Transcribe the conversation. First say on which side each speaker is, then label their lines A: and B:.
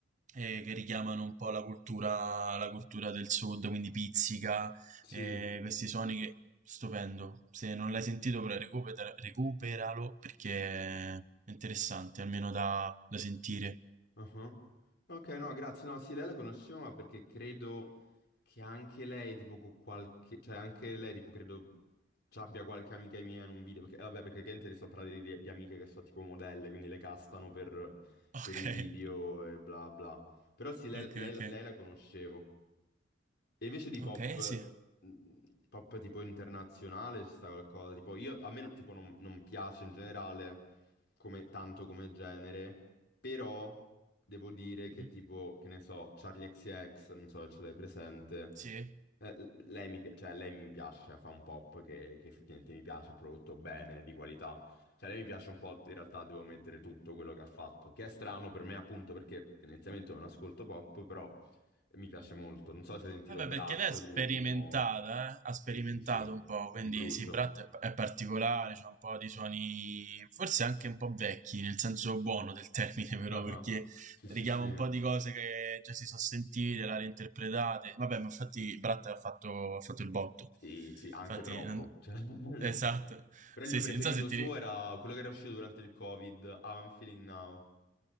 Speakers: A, on the right; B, on the left.
A: eh, che richiamano un po' la cultura, la cultura del sud, quindi pizzica,
B: Sì.
A: eh, questi suoni che... Stupendo. Se non l'hai sentito, però recupera- recuperalo perché è interessante, almeno da da sentire.
B: ah Ok, no, grazie. No, sì, lei la conoscevo, ma perché credo che anche lei, tipo, con qualche... Cioè, anche lei, tipo, credo ci abbia qualche amica mia in un video. Perché, vabbè, perché gente sto parlando di, di amiche che sono tipo modelle, quindi le castano per,
A: Okay.
B: per i video e bla bla. Però sì, lei
A: Okay,
B: lei-
A: okay.
B: lei la conoscevo. E invece di pop,
A: Okay, sì.
B: mh, pop tipo internazionale ci sta qualcosa, tipo io, a me tipo non, non piace in generale come- tanto come genere, però devo dire che
A: Mh-mh.
B: tipo, che ne so, Charlie XCX, non so se ce l'hai presente,
A: Sì.
B: eh, l- lei mi, pi- cioè, lei mi piace, cioè, fa un pop che, che effettivamente mi piace, prodotto bene, di qualità, cioè lei mi piace un po', in realtà devo mettere tutto quello che ha fatto, che è strano per me appunto perché tendenzialmente non ascolto pop, però... Mi piace molto. Non so se hai sentito
A: Vabbè,
B: Brat,
A: perché lei è
B: l'ultimo.
A: sperimentata, eh, ha sperimentato
B: Sì, sì, sì.
A: un po',
B: Di
A: quindi
B: brutto.
A: sì, Brat è p è particolare, c'ha un po' di suoni forse anche un po' vecchi, nel senso buono del termine <laughs> però,
B: Ah,
A: perché
B: Sì,
A: richiama
B: sì, sì.
A: un po' di cose che già si so' sentite, le ha reinterpretate. Vabbè, ma infatti Brat ha fatto ha fatto il botto.
B: Sì, sì, anche
A: Infatti
B: troppo.
A: non
B: Cioè, <laughs> nel
A: esatto.
B: sen- Però
A: Sì,
B: il mio preferito
A: sì, non so se
B: suo
A: ti ri
B: era quello che era uscito durante il Covid, How I'm Feeling Now.